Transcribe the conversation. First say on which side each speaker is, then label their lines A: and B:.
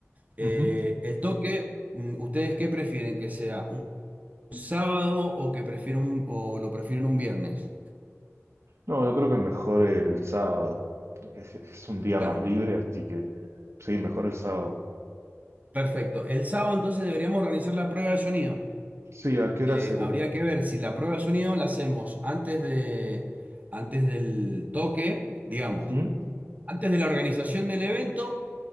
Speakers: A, on the right (about 30°); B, on the right (about 65°).
A: Eh,
B: Ujú.
A: el toque, mm, ¿ustedes qué prefieren? ¿Que sea un sábado o que prefiero un- o lo prefieren un viernes.
B: No, yo creo que mejor el sábado. Es, es un día
A: Bueno,
B: más libre, así que sí, mejor el sábado.
A: perfecto. El sábado entonces deberíamos organizar la prueba de sonido.
B: Sí, ¿a qué hora
A: Eh,
B: sería?
A: habría que ver si la prueba de sonido la hacemos antes de, antes del toque, digamos,
B: Ujú,
A: antes de la organización del evento,